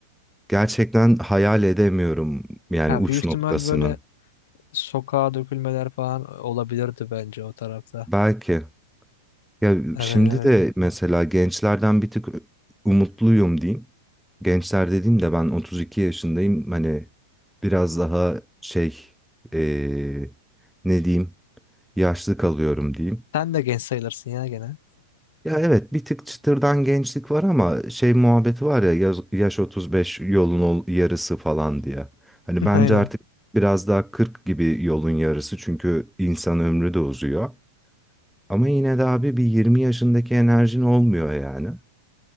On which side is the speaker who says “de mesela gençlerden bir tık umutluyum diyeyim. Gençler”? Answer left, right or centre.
Centre